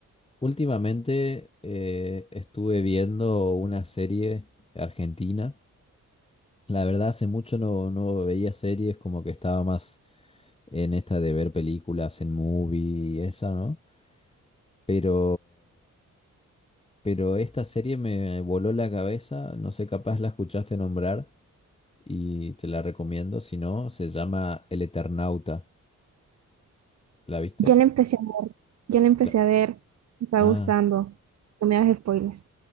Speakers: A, on the left; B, on the right.
A: Últimamente eh, estuve viendo una serie argentina. La verdad, hace mucho no, no veía series, como que estaba más en esta de ver películas en movie y esa, ¿no? Pero Pero esta serie me voló la cabeza, no sé, capaz la escuchaste nombrar y te la recomiendo, si no, se llama El Eternauta. ¿La viste?
B: Ya la empecé a ver, ya la empecé
A: La-
B: a ver, me está
A: Ah,
B: gustando, no me hagas spoilers.